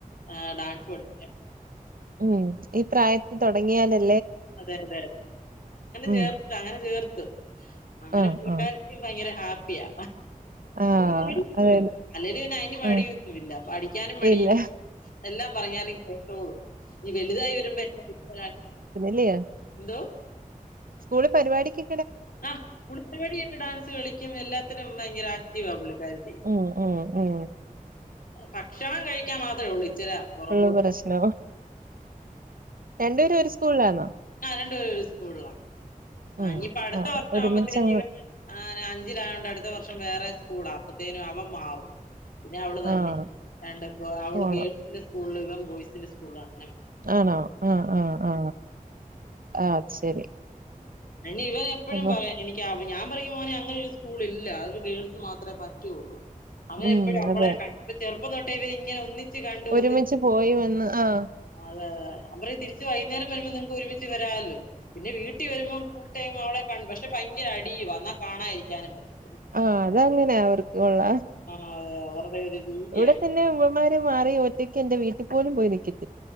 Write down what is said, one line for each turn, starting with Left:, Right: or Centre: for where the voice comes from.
Left: ആ ഡാൻസ് പടി
Right: ഉ ഈ പ്രായത്തി തുടങ്ങിയാലേ
Left: അതെ അതെ അതെ അങ്ങനെ
Right: ഉം
Left: ചേർത്തതാ അങ്ങനെ ചേർത്തു അങ്ങനെ
Right: ആഹ്
Left: പുള്ളികാരത്തി
Right: ആഹ്
Left: ഭയങ്കര ഹാ പ്പിയാ
Right: ആഹ്
Left: ഒരു മടിയോന്നുല്ല
Right: അതെന്നെ
Left: അല്ലേലും പിന്നെ അയിന് മടിയൊന്നുമല്ല
Right: ആഹ്
Left: പടിക്കാനും മടിയില്ല
Right: ഇല്ല
Left: എല്ലാം പറഞ്ഞാലും കേട്ടോളും നി വലുതായി വരുമ്പോ എന്റെ <unintelligible>
Right: ല്ലയേ
Left: എന്തോ
Right: സ്കൂള് പരിപാടിക്ക്
Left: ആ സ്കൂൾ പരിപാടിഒക്കെ ഡാൻസ് കളിക്കും എല്ലാത്തിനും ഭയങ്കര ആക്റ്റീവ പുള്ളിക്കാര്ത്തി
Right: ഉം ഉം ഉം
Left: ഭക്ഷണം കഴിക്കാൻ മാത്ര ഉള്ളൂ ഇച്ചിര പുറകോട്ട്
Right: ഉള്ള പ്രശ്ന രണ്ടുപേരും ഒരു സ്കൂളിലാന്നോ
Left: ആ രണ്ടുപേരും ഒരു സ്കൂളിലാ ആ
Right: ഉം
Left: ഇനിയിപ്പോ അടുത്ത
Right: ആഹ്
Left: വർഷം
Right: ഒരുമിച്ചങ്ങ്
Left: ആവുമ്പോത്തേന് ഇവ അഞ്ചിലായോണ്ട് അടുത്ത വർഷം വേറെ സ്കൂ കൂള അപ്പത്തേനും അവന് മാറും പിന്നെ അവൾ തന്നെ
Right: ആഹ്
Left: രണ്ടപ്പോ അവൾ
Right: പോണം
Left: ഗേൾസിന്റെ സ്കൂളില് ഇവൻ ബോയ്സിന്റെ സ്കൂളാണ്
Right: ആണോ ആ ആ ആ ആ ശരി
Left: അയിന് ഇവൻ എപ്പോഴും
Right: അപ്പൊ
Left: പറയും എനിക്ക് ആവ ഞാൻ പറയും മോനെ അങ്ങനെ ഒരു സ്കൂളില്ല അവിടെ ഗേൾസ് മാത്രേ പറ്റുള്ളൂ അവൻ
Right: ഉം
Left: എപ്പഴും അവളെ
Right: അതെ
Left: കൻ ഡിറ്റ് ചേർ ഇങ്ങെനെളതൊട്ടേ ഇവനി ഒന്നിച്ചു കണ്ടു
Right: ഒരുമിച്ച്
Left: അതെ
Right: പോയി വന്ന് ആഹ്
Left: അതെ നാപറയാ തിരിച്ച് വൈകുന്നേരം വരുമ്പോ നിങ്ങക്ക് ഒരുമിച്ച് വരാല്ലോ പിന്നെ വീട്ടി കുട്ടി വരുമ്പോം ഫുൾ ടൈം അവളെ കാണും പക്ഷെ ഭയരഅടി വന്നാ കാണാരിക്കാനും പറ്റുല്ല
Right: ആ അതങ്ങനെയ അവർക്ക് ഇവളെ
Left: ആഹ് അതെ അവരുടെ ഒരു രീതിയ
Right: ഇവിടെ തന്നെ ആവു ആവാൻമാര് മാറി ഒറ്റയ്ക്ക് എന്റെ വീട്ടിൽ പോലും പോയി നിൽക്കില്ല